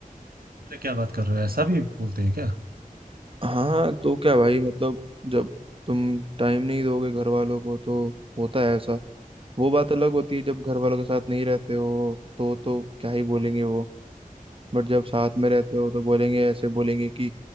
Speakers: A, on the right; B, on the right.
A: अरे क्या बात कर रहे हो ऐसा भी बोलते हैं क्या
B: हाँ तो क्या भाई मतलब जब तुम टाइम नहीं दोगे घर वालों को तो होता है ऐसा वो बात अलग होती है जब घर वालों के साथ नहीं रहते हो तो तो क्या ही बोलेंगे वो बट जब साथ में रहते हो तो बोलेंगे ऐसे बोलेंगे कि